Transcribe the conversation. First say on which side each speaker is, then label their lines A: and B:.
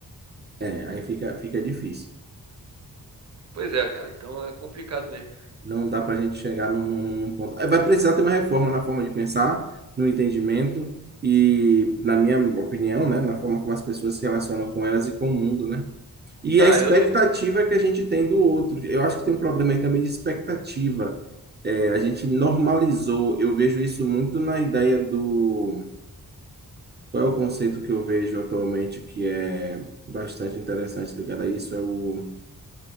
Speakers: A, on the right; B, on the right.
A: É, aí fica, fica difícil.
B: Pois é, cara, então é complicado mesmo.
A: Não dá para a gente chegar num, num- num ponto. É, Vai precisar ter uma reforma na forma de pensar, no entendimento e, na minha opinião, né, na forma como as pessoas se relacionam com elas e com o mundo, né? E
B: Ah,
A: a expectativa
B: eu sei.
A: que a gente tem do outro. Eu acho que tem um problema aí também de expectativa. É, a gente normalizou. Eu vejo isso muito na ideia do Qual é o conceito que eu vejo atualmente que é bastante interessante ligado a isso? É o...